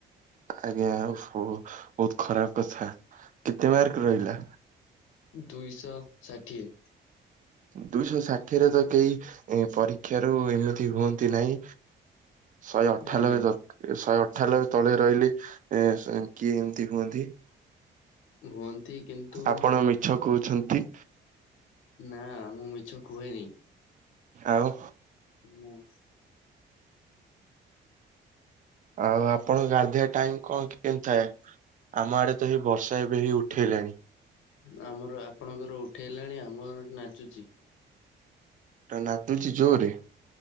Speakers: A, on the right; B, on the left.
A: ଆଜ୍ଞା ଆଉ ଓହୋ ବହୁତ୍ ଖରାପ୍ କଥା କେତେ ମାର୍କ ରହିଲା?
B: ଦୁଇଶ ଷାଠିଏ।
A: ଦୁଇଶ ଷାଠିଏରେ ତ କେହି ପରୀକ୍ଷା ରୁ ଏମିତି ହୁଅ ତି ନାହିଁ ଶହେ ଅଠାନବେ
B: ଆଜ୍ଞା
A: ଦର ଶହେ ଅଠାଲବେ ତଳେ ରହିଲେ ଏ ସ କିଏ ଏମିତି ହୁଅନ୍ତି?
B: ହୁଅନ୍ତି କିନ୍ତୁ
A: ଆପଣ ମିଛ କହୁଛନ୍ତି।
B: ନା ମୁଁ ମିଛ କୁହେନି।
A: ଆଉ।
B: ମୁଁ।
A: ଆଉ ଆପଣଙ୍କ ଗାଧେଇବା ଟାଇମ୍ କଣ କି -କେମତି ଥାଏ? ଆମ ଆଡେ ତ ହେଇ ବର୍ଷା ଏବେ ହେଇ ଉଠେଇଲାଣି।
B: ଆମର- ଆପଣଙ୍କର ଉଠେଇଲାଣି ଆମର ଏଠି ନାଚୁଚି।
A: ନାଦୁଚି ଜୋରେ?